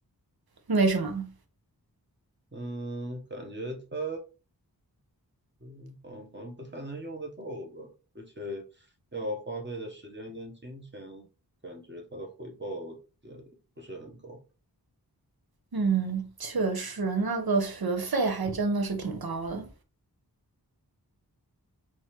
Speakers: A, on the right; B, on the right.
A: 为什么？
B: 嗯，感觉它嗯好像不太能用得到吧，而且要花费的时间跟金钱，感觉他的回报呃不是很高。
A: 嗯，确实，那个学费还真的是挺高的。